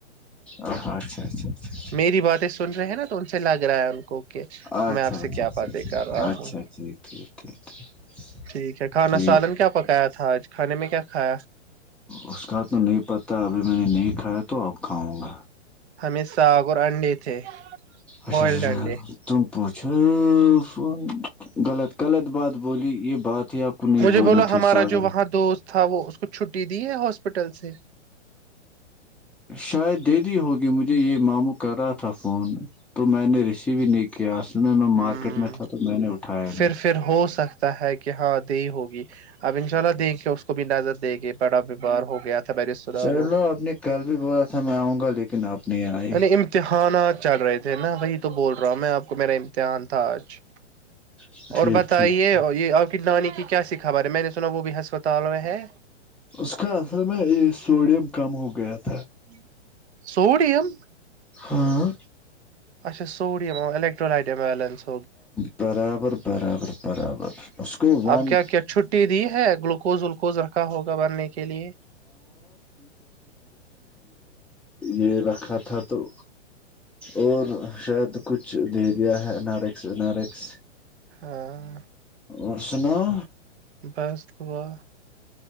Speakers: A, in the centre; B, on the right.
A: اچھا اچھا اچھا
B: میری باتیں سن رہے ہیں نا سے لگ رہا ہے ان کو کہ
A: اچھا
B: میں آپ سے
A: اچھا
B: کیا
A: اچھا
B: باتیں
A: اچھا
B: کر رہا
A: اچھا
B: ہوں
A: ٹھیک ٹھیک ٹھیک ٹھ
B: ٹھیک ہے کھانا
A: ٹھیک
B: سالن کیا پکایا تھا آج کھے میں کیا کھایا
A: اس کا تو نہیں پتہ ابھی میں نے نہیں کھایا تو آپ کھاؤں گا
B: ہمیں ساگ اور انڈے تھے
A: اچا
B: بوائلڈ انڈے
A: ا تمپور ف غلط غلط بات بولی یہ بات ہی آپ کو نہیں
B: مجھے
A: بولنی
B: بولو
A: تھی
B: ہمارا
A: ساگر
B: جو وہاں دوست تھا وہ اس کو چھٹی دی ہے ہاسپٹل سے
A: شاید دے دی ہوگی مجھے یہ ماموں کر رہا تھا فون تو میں نے ریسیو ہی نہیں کیا سیں میں
B: ہ
A: مارکیٹ میں تھا تو میں نے اٹھایا
B: پھر
A: نہیں
B: پھر ہو سکتا ہے کہ ہاں د ہوگی اب ان شاء اللہ دیکھ کے اس کو بھی نظر دے گے بڑا بیمار ہو گیا تھا میں نے سنا
A: چلو
B: وہ
A: آپ نے کل بھی بولا تھا میں آؤں گا لیکن آپ نہیں آئے
B: یعنی امتحانات چل رہے نا وہی تو بول رہا ہوں میں آپ کو میرا ان تھا آج
A: ٹھیک
B: اور
A: ٹھیک
B: بتائیے
A: ٹھیک
B: یہ آپ ک نام کی کیا س خبر ہے میں نے سنا وہ بھی ہسپتال میں ہے
A: اس کا اصل میں یہ سوڈیم کم ہو گیا تھا
B: جی سوڈیم
A: ہاں
B: اچھا سوڈیم ایلیکٹرولائٹ ایولنس
A: برابر برابر برابر اس کو ون
B: اب کیا کیا چھٹی دی ہے گلوکوز ولوکوز رکھا ہوگا بھرنے کے لیے
A: یہ رکھا تھا تو اور شاید کچھ دے دیا ہے نارے سنارکس
B: ہاں
A: اور سناو
B: بس دعا